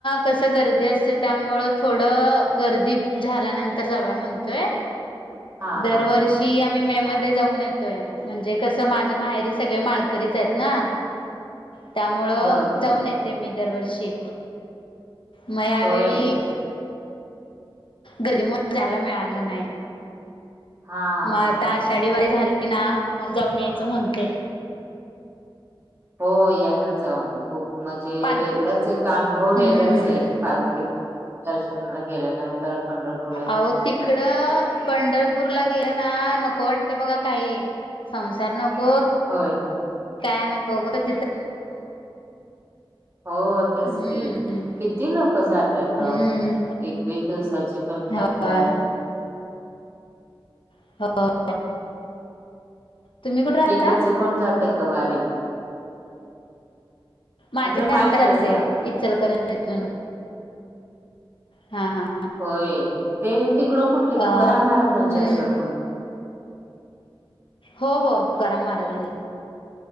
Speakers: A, on the left (about 70°); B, on the right (about 30°).
A: कसं गर्दी असतं त्यामुळं थोडं गर्दी झाल्यानंतर जावू या म्हणतोय
B: हां,
A: दरवर्षी
B: हां, हां.
A: आम्ही मे मध्ये जाऊन येतो य म्हणजे कसं माझ्या माहेरी सगळे माळकरीच आहेत ना त्यामुळं
B: बरं, बरं,
A: जाऊन
B: बरं.
A: येते मी दरवर्षी मग यावेेळी
B: होय.
A: गर्दीमुळ जायला मिळालं नाही.
B: हां.
A: मग आता आषाढी वारी झाली ना मग जाऊन यायचं म्हणते
B: हो या ना जाऊन खूप म्हणजे
A: पाल
B: वेगळाच एक अनुभव वेगळाच
A: हम्म
B: आहे पालखीत दर्शनाचा ला गेल्यानंतर पंढरपूर ला
A: आहो तिकडं पंढरपूरला गेलं ना नको वाटत बघा काही संसार नको
B: होय
A: काय नको उगंच
B: नको हो तेच
A: हम्म.
B: की किती लोक जातात आहो
A: हम्म
B: एकवीस दिवसाची पण करत्यात
A: होय <inaudible> तुम्ही कुठे राहता?
B: इकडचं कोण जातय का वारीला
A: माझी
B: इकडे माळशिरसला.
A: आत्या जाते इचलकरंजीतून हा हा.
B: होय ते तिकडून कुठली
A: अ
B: तुकाराम
A: हम्म
B: महाराजांची असल म
A: हो हो तुकाराम महाराज